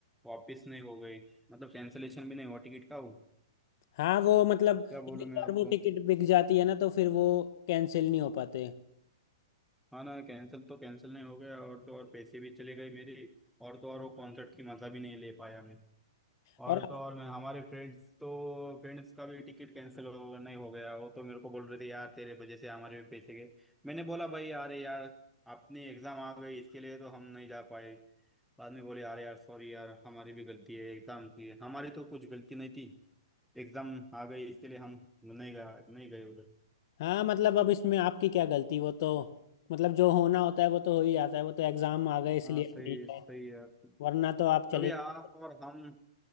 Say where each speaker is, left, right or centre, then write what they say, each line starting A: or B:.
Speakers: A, in the centre; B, on the left.
A: वापस नहीं हो गए मतलब कैंसिलेशन भी नहीं हुआ टिकट का वो
B: हाँ वो मतलब
A: क्या बोलूं
B: एक
A: मैं
B: बार
A: आपको
B: वो टिकट बिक जाती है ना तो फिर वो कैंसिल नहीं हो पाते
A: हाँ ना कैंसिल तो कैंसिल नहीं हो गया और तो और पैसे भी चले गए मेरे और तो और वो कॉन्सर्ट की मजा भी नहीं ले पाया मैं और
B: और
A: तो और मैं हमारे फ्रेंड्स तो फ्रेंड्स का भी टिकट कैंसिल हो नहीं हो गया वो तो मेरे को बोल रहे थे यार तेरे वजह से हमारे भी पैसे गए मैंने बोला भाई यार यार अपनी एग्जाम आ गई इसके लिए तो हम नहीं जा पाए बाद में बोले यार यार सॉरी यार हमारी भी गलती है एग्जाम की है हमारी तो कुछ गलती नहीं थी एग्जाम आ गई इसके लिए हम नहीं गए नहीं गए उधर
B: हाँ मतलब अब इसमें आपकी क्या गलती वो तो मतलब जो होना होता है वो तो हो ही जाता है वो तो एग्जाम आ गए इसलिए
A: हाँ सही
B: आप नहीं
A: है सही
B: गए
A: है यार
B: वरना तो आप चले
A: कभी
B: ही
A: आप
B: जाते।
A: और हम